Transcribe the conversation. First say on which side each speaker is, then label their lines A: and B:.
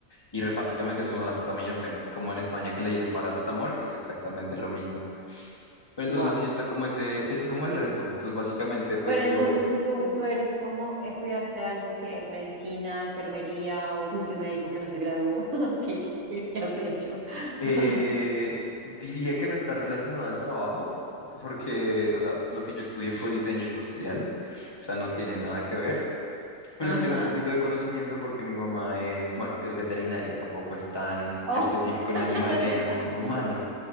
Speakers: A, on the left; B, on the right.
A: Y re- básicamente es un acetaminofén, como en España que le dicen paracetamol, es exactamente lo mismo. Pero entonces
B: Wow.
A: sí está como ese, ese es como el reto. Entonces básicamente pues
B: Pero entonces
A: yo
B: tú, tú eres como, ¿estudiaste algo que medicina, enfermería o fuiste un médico que no se graduó? <laughs> ¿Qué, qué- qué has hecho?
A: Eh,
B: <laughs>
A: diría que no está relacionada al trabajo, porque, o sea, lo que yo estudié fue diseño industrial, o sea, no tiene nada que ver, pero
B: Ajá.
A: sí tengo un poquito de conocimiento porque mi mamá es, bueno, es veterinaria, tampoco es tan
B: Oh.
A: específico en
B: <laughs>
A: animal, en humanos,